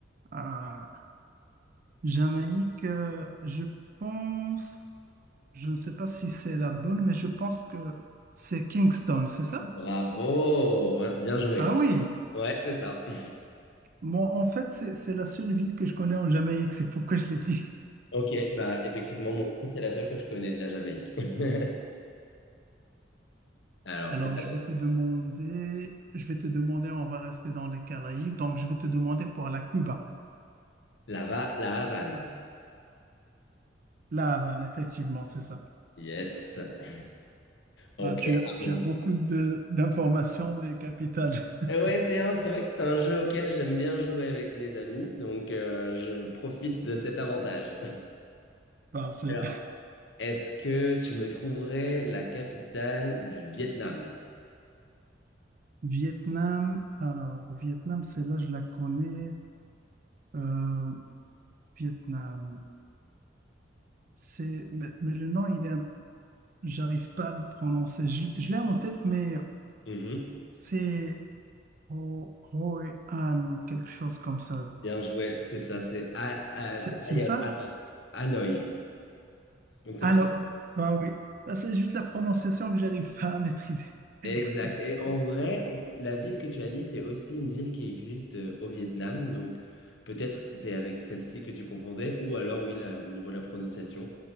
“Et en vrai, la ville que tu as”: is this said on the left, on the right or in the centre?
Left